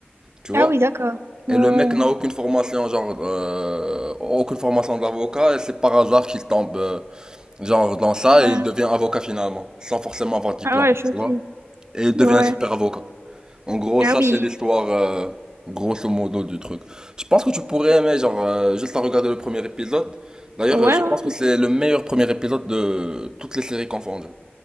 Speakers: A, on the right (about 20°); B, on the right (about 90°).
A: Tu vois?
B: Ah oui, d'accord.
A: Et
B: Ouais,
A: le
B: ouais.
A: mec n'a aucune formation, genre, euh, aucune formation d'avocat, et c'est par hasard qu'il tombe... euh, Genre, dans ça,
B: Ouais.
A: il devient avocat finalement, sans forcément avoir de diplôme,
B: Ah ouais, choquée.
A: tu vois? Et il
B: Ouais.
A: devient un super avocat. En gros,
B: Ah
A: ça,
B: oui.
A: c'est l'histoire, euh, grosso modo, du truc. Je pense que tu pourrais aimer, genre, euh, juste en regarder le premier épisode. D'ailleurs,
B: Ouais,
A: euh, je
B: ouais.
A: pense que c'est le meilleur premier épisode de toutes les séries confondues.